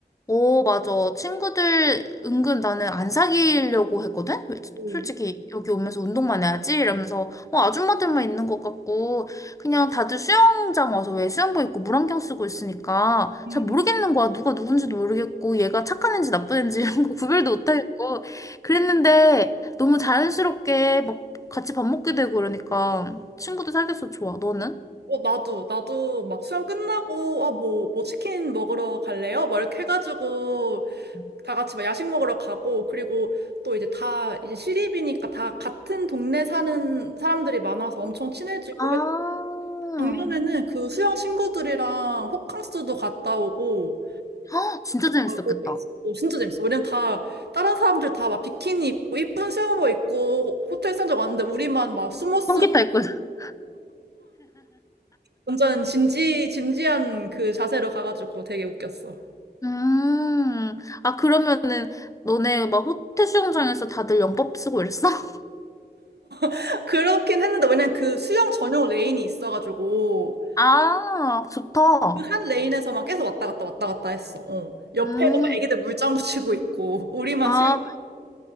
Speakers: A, on the left; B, on the right.
A: 오, 맞아. 친구들 은근 나는 안 사귀려고 했거든? 왜-
B: 응.
A: 솔직히 여기 오면서 운동만 해야지 이러면서 어, 아줌마들만 있는 것 같고 그냥 다들 수영장 와서 왜 수영복 입고 물안경 쓰고 있으니까
B: 응응응응응.
A: 잘 모르겠는 거야. 누가 누군지도 모르겠고 얘가 착한 애인지 나쁜 애인지 이런 거 구별도 못 하겠고 그랬는데 너무 자연스럽게 막 같이 밥 먹게 되고 그러니까 친구도 사귀어서 좋아. 너는?
B: 어, 나도, 나도 막 수영 끝나고, 아, 뭐, 뭐 치킨 먹으러 갈래요? 뭐 이렇게 해가지고
A: 응.
B: 다 같이 막 야식 먹으러 가고 그리고 또 이제 다 이제 시립이니까 다 같은 동네 사는 사람들이 많아서 엄청 친해지고
A: 아,
B: 했 작년에는 그 수영 친구들이랑 호캉스도 갔다 오고
A: 헉, 진짜 재밌었겠다.
B: 여행도 그랬어. 오, 진짜 재밌어. 왜냐면 다 다른 사람들 다 막 비키니 입고 이쁜 수영복 입고 호- 호텔 산적 왔는데 우리만 막 숨어 쓰고
A: 성기타 있고. <laughs>
B: 완전 진지 진지한 그 자세로 가가지고 되게 웃겼어.
A: 음, 아, 그러면은, 너네 막 호텔 수영장에서 다들 영법 쓰고 이랬어? <laughs>
B: <laughs> 그렇긴 했는데 왜냐면 그 수영 전용 레인이 있어가지고
A: 아, 좋다.
B: 한 레인에서 막 계속 왔다 갔다 왔다 갔다 했어. 어. 옆에는
A: 음,
B: 막 애기들 물장구 치고 있고 <laughs> 우리만
A: 아,
B: 수영.